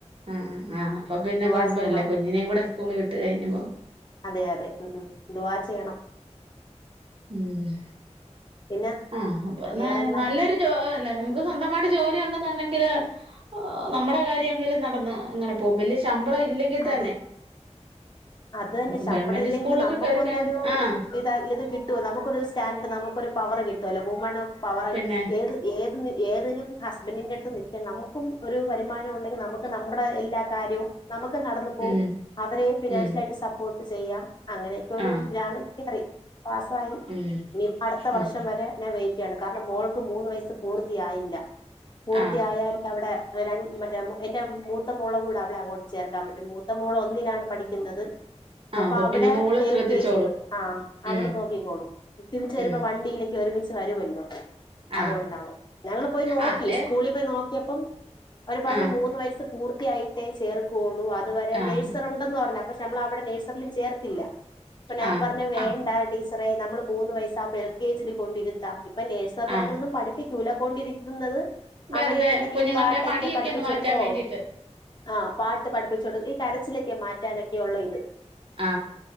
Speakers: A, on the right (about 50°); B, on the left (about 40°).
A: ആ ആ അപ്പോ പിന്നെ
B: ദുആ
A: കൊഴപ്പമില്ല
B: ചെയ്യണം
A: കുഞ്ഞിനേയും കൂടെ സ്കൂളിൽ വിട്ട വിട്ടു കഴിഞ്ഞപ്പം
B: അതെ അതെ ഉം ഉം ദുവാ ചെയ്യണം
A: ഉം ഉം
B: പിന്നെ
A: ആ അപ്പോ
B: വേറെന്താ
A: നല്ല നല്ലൊരു ജോലി നമുക്ക് സ്വന്തമായിട്ട് ജോലി ഉണ്ടെന്നുണ്ടെങ്കില് നമ്മടെ കാര്യമെ ങ്കിലും നടന്ന് ഇങ്ങനെ പോകും വലിയ ശമ്പളം ഇല്ലെ ഇല്ലെങ്കിൽ തന്നെ
B: അതെ അത് തന്നെ ശമ്പളം
A: ഗവൺമെന്റ്
B: ഇല്ലെങ്കിലും
A: സ്കൂളിലൊക്കെ
B: നമ്മക്കൊന്നൊരു
A: കേറി കഴി ആഹ്
B: ഇതാ ഇത് കിട്ടുവല്ലോ നമുക്കൊരു സ്റ്റാൻഡേർഡ് നമുക്കൊരു പവറ് കിട്ടുമല്ലോ വുമണ് പവർ
A: പിന്നെ
B: ഏത് ഏത് ഏതിനും ഹസ്ബൻഡിന്റെ അടുത്ത് നിൽക്കാൻ നമുക്കും ഒരു വരുമാനം ഉണ്ടെങ്കില് നമുക്ക് നമ്മടെ എല്ലാ കാര്യവും നമുക്ക് ഒക്കെ നടന്നു പോവും
A: ഉം
B: അവരെ ഫിനാൻഷ്യൽ
A: ഉം
B: ആയിട്ട് സപ്പോർട്ട് ചെയ്യാം അങ്ങനെയെക്കെ ഒരു
A: ആഹ്
B: ഇതിലാണ് കേറി പാസായി
A: ഉം
B: ഇനിയിപ്പോ അടുത്ത വർഷം
A: ഉം
B: വരെ ഞാൻ വെയി ക്കാണ് കാരണം മോൾക്ക് മൂന്ന് വയസ്സ് പൂർത്തിയായില്ല പൂർത്തിയായാലെ
A: ആഹ്
B: അവിടെ <unintelligible> മറ്റേ എന്റെ മൂത്ത മോളടെകൂടെ അവിടെ അങ്ങോട്ട് ചേർക്കാൻ പറ്റും മൂത്ത മോള് ഒന്നിലാണ് പഠിക്കുന്നത്
A: ആഹ്
B: അപ്പോ
A: അപ്പൊ
B: അവിടെ
A: പിന്നെ മോള്
B: എൽ
A: ശ്രദ്ധിച്ചോളും
B: കെ ജി ല് ആ അവള്
A: ഉം
B: നോക്കിക്കോളും തിരിച്ച് വരുമ്പോ
A: ഉം
B: വണ്ടിയിലെക്കെ ഒരുമിച്ച് വരുല്ലോ അതുകൊണ്ടാണ്
A: ആഹ്
B: ഞങ്ങള് പോയി നോക്കി
A: ആഹ് അല്ലെ
B: സ്കൂളിൽ പോയി നോക്കിയപ്പം അവര് പറഞ്ഞേ
A: ആഹ്
B: മൂന്ന് വയസ്സ് പൂർത്തിയായിട്ടേ ചേർക്കുവൊള്ളൂ അതുവരെ
A: ആഹ്
B: നഴ്സർ ഉണ്ടന്ന് പറഞ്ഞു പക്ഷെ നമ്മള് അവിടെ നേഴ്സറിയിലും ചേർത്തില്ല അപ്പോ ഞാൻ
A: ആഹ്
B: പറഞ്ഞു വേണ്ട
A: ആഹ്
B: ടീച്ച റേ നമ്മള് മൂന്ന് വയസ്സാവുമ്പോ എൽ കെ ജി കൊണ്ടിരിത്താം ഇപ്പോ നേഴ്സറിലായോ
A: ആഹ്
B: ഒന്നും പഠിപ്പിക്ക ക്കൂല കൊണ്ടിരിക്കുന്നത്
A: വെറുതെ
B: അവര് എന്തെങ്കിലും
A: കുഞ്ഞുങ്ങളുടെ
B: പാട്ടെക്കെ
A: മടിയൊക്കെ
B: പഠിപ്പിച്ച്
A: ഒന്ന് മാറ്റാൻ
B: കൊടുക്കും ഓ
A: വേണ്ടിട്ട്
B: ആ പാട്ട് പഠിപ്പിച്ചു കൊടുക്കും ഈ കരച്ചിലെക്കെ മാറ്റാനൊക്കെ ഉള്ള ഇത്
A: ആ